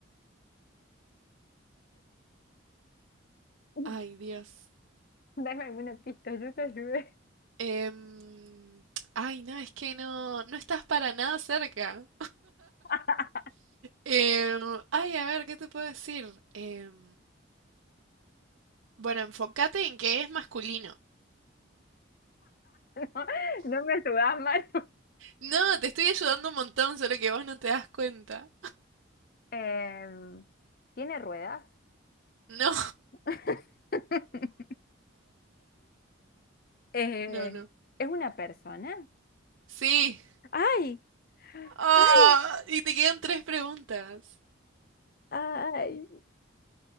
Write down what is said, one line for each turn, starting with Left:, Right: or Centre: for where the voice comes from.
Left: <laughs>
Right: Ay, Dios.
Left: Dame alguna pista, yo te ayudé.
Right: Em, ay, no, es que no, no estás para nada cerca.
Left: <laughs>
Right: Em, ay, a ver, ¿qué te puedo decir? Em, bueno, enfócate en que es masculino.
Left: No, no me ayudas, Manu.
Right: No, te estoy ayudando un montón, solo que vos no te das cuenta.
Left: Em, ¿tiene ruedas?
Right: No,
Left: <laughs> Eh,
Right: <laughs> no, no.
Left: ¿es una persona?
Right: Sí.
Left: ¡Ay!
Right: Ah,
Left: ¡Ay!
Right: y te quedan tres preguntas.
Left: ¡Ay! <laughs>